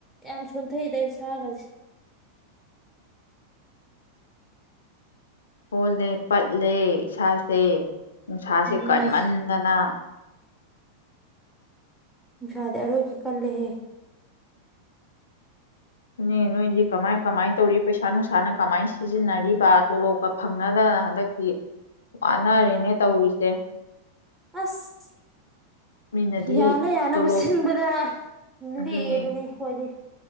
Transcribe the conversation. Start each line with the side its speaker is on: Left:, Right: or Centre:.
Centre: ꯌꯥꯝ ꯁꯣꯟꯊꯩꯩꯗ ꯑꯩ ꯁꯥꯒꯁꯦ
Left: ꯍꯣꯜꯂꯦ ꯄꯠꯂꯦ ꯏꯁꯥꯁꯦ ꯅꯨꯡꯁꯥꯁꯦ
Centre: ꯑꯗꯨꯅꯦ
Left: ꯀꯟꯃꯟꯗꯅ
Centre: ꯅꯨꯡꯁꯥꯗꯤ ꯑꯔꯣꯏꯕꯤ ꯀꯜꯂꯦꯍꯦ
Left: ꯎꯝ ꯅꯦ ꯅꯣꯏꯗꯤ ꯀꯃꯥꯏ ꯀꯃꯥꯏꯅ ꯇꯧꯔꯤ ꯄꯩꯁꯥ ꯅꯨꯡꯁꯥꯅ ꯀꯃꯥꯏꯅ ꯁꯤꯖꯤꯟꯅꯔꯤꯕ ꯇꯣꯂꯣꯞꯄ ꯐꯪꯅꯗꯅ ꯍꯟꯗꯛꯇꯤ ꯋꯥꯅꯔꯦꯅꯦ ꯇꯧꯔꯤꯁꯦ
Centre: ꯑꯁ
Left: ꯃꯤꯅꯗꯤ
Centre: ꯌꯥꯅ ꯌꯥꯕꯨ
Left: ꯇꯣꯂꯣꯞ
Centre: ꯁꯤꯟꯕꯗ
Left: ꯑꯗꯨꯅꯦ
Centre: ꯂꯦꯛꯑꯦꯗꯨꯅꯤ ꯈꯣꯏꯗꯤ